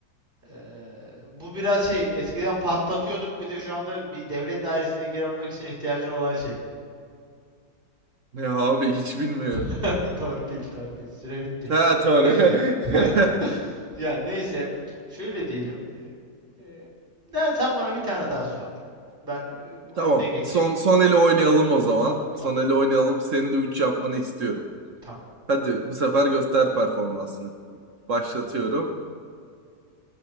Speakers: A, on the right; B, on the right.
A: Ee, bu biraz şey eskiden patlatıyorduk bir de şu anda bir devlet dairesine girebilmek için ihtiyacın olan şey.
B: Ne abi hiç bilmiyorum.
A: <laughs> Torpil, torpil. Süre bitti.
B: Ha doğru. <laughs>
A: <laughs> Yani neyse şöyle diyelim. e, e, sen bana bir tane daha sor. Ben e,
B: Tamam.
A: önüne geçeyim.
B: Son son eli oynayalım o zaman.
A: Tamam,
B: Son
A: tamam,
B: eli
A: tamam.
B: oynayalım. Senin de 3 yapmanı istiyorum.
A: Tamam.
B: Hadi bu sefer göster performansını. Başlatıyorum.